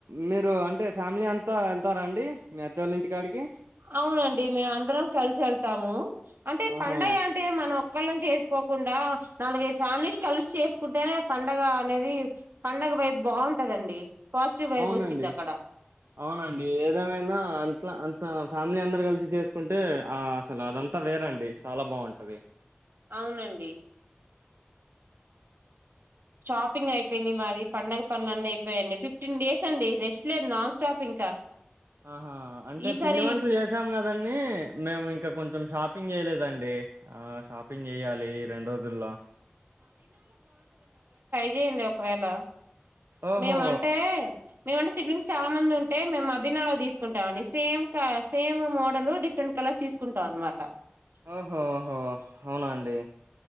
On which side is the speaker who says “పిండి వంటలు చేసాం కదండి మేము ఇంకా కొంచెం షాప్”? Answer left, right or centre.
Right